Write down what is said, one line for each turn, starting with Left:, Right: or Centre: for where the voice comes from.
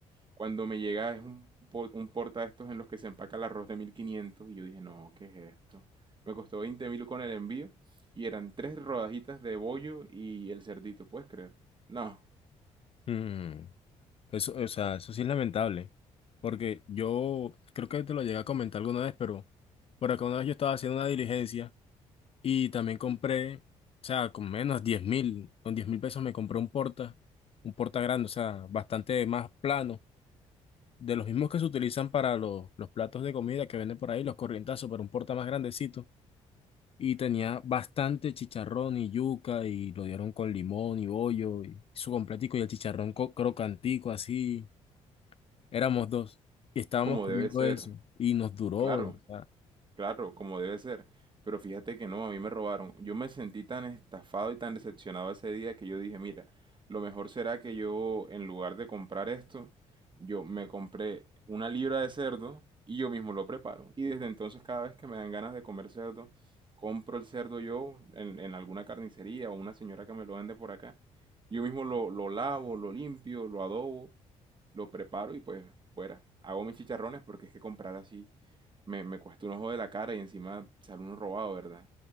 Right: Cuando me llega es un, po- un porta de estos en los que se empaca el arroz de 1500 y yo dije, no, ¿qué es esto? Me costó veinte mil con el envío y eran tres rodajitas de bollo y el cerdito, ¿puedes creer? No,
Left: Mm, Eso, o sea, eso sí es lamentable, porque yo creo que te lo llegué a comentar alguna vez, pero por acá una vez yo estaba haciendo una diligencia. Y también compré, o sea, con menos diez mil, con diez mil pesos me compré un porta, un porta grande, o sea, bastante más plano, de los mismos que se utilizan para los, los platos de comida que venden por ahí, los corrientazos, pero un porta más grandecito. Y tenía bastante chicharrón y yuca, y lo dieron con limón y bollo, y su completico, y el chicharrón co- crocantico, así. Éramos dos, y estábamos
Right: como
Left: comiendo
Right: debe ser,
Left: eso, y nos duró,
Right: claro.
Left: o sea.
Right: Claro, como debe ser. Pero fíjate que no, a mí me robaron. Yo me sentí tan estafado y tan decepcionado ese día que yo dije, mira, lo mejor será que yo, en lugar de comprar esto, yo me compré una libra de cerdo y yo mismo lo preparo. Y desde entonces, cada vez que me dan ganas de comer cerdo, compro el cerdo yo en, en alguna carnicería o una señora que me lo vende por acá. Yo mismo lo, lo lavo, lo limpio, lo adobo, lo preparo y pues fuera. Hago mis chicharrones porque es que comprar así. Me, me cuesta un ojo de la cara y encima sale uno robado, ¿verdad?